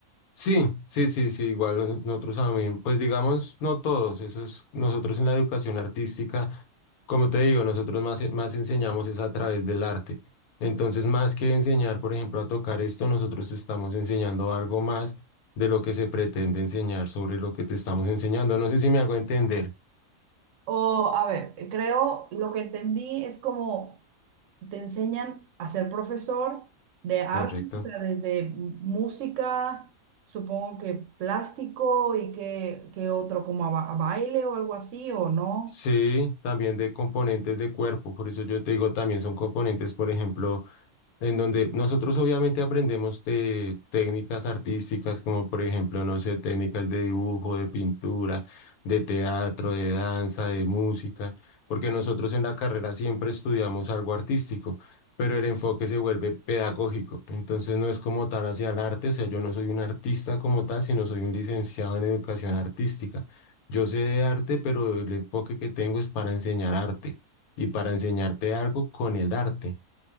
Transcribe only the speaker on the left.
Sí, sí, sí, sí, igual no- nosotros también, pues digamos, no todos, eso es, nosotros en la educación artística, como te digo, nosotros más, e- más enseñamos es a través del arte. Entonces, más que enseñar, por ejemplo, a tocar esto, nosotros estamos enseñando algo más de lo que se pretende enseñar sobre lo que te estamos enseñando. No sé si me hago entender,
correcto.
Sí, también de componentes de cuerpo, por eso yo te digo, también son componentes, por ejemplo. en donde nosotros obviamente aprendemos de técnicas artísticas, como por ejemplo, no sé, técnicas de dibujo, de pintura, de teatro, de danza, de música, porque nosotros en la carrera siempre estudiamos algo artístico, pero el enfoque se vuelve pedagógico, entonces no es como tal hacia el arte, o sea, yo no soy un artista como tal, sino soy un licenciado en educación artística. Yo sé de arte, pero el enfoque que tengo es para enseñar arte y para enseñarte algo con el arte.